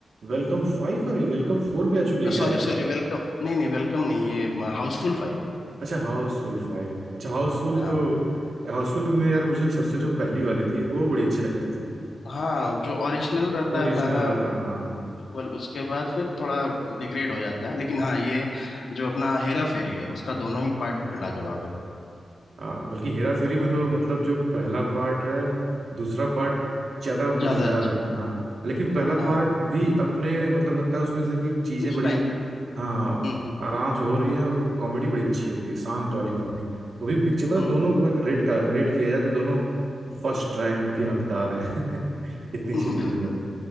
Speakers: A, on the right; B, on the left.
A: Welcome five और ये वेलकम फोर भी आ चुकी है
B: है
A: क्या
B: सॉरी सॉरी वेलकम नहीं नहीं वेलकम नहीं ये हाउसफुल फाइव
A: अच्छा हाउसफुल फाइव अच्छा हाउसफुल
B: हाँ
A: तो हाउसफुल में यार मुझे सबसे जो पहली वाली थी वो बड़ी अच्छी लगती थी
B: हाँ जो ओरिजिनल रहता
A: ओरिजिनल
B: है पहला
A: वाला था हाँ
B: बिल्कुल उसके बाद फिर थोड़ा डिग्रेड हो जाता है लेकिन हाँ ये जो अपना हेरा फेरी है उसका दोनों ही पार्ट लाजवाब है
A: हाँ बल्कि हेरा फेरी में तो मतलब जो पहला पार्ट है दूसरा पार्ट ज्यादा मजेदार
B: ज्यादा अच्छा
A: लगता
B: है
A: है हाँ लेकिन पहला
B: हाँ
A: पार्ट
B: हाँ
A: भी अपने मतलब लगता है उसमें से कि चीजें
B: उस
A: बड़ी
B: टाइम
A: हाँ
B: हम्म हम्म
A: आराम से हो रही
B: वो
A: है और वो कॉमेडी बड़ी अच्छी होती है शांत वाली कॉमेडी तो भी पिक्चर मतलब
B: हम्म
A: दोनों को मैं रेट का रेट किया जाए तो दोनों फर्स्ट रैंक के हकदार हैं <laughs> इतनी
B: <laughs>
A: अच्छी मूवी
B: बिल्कुल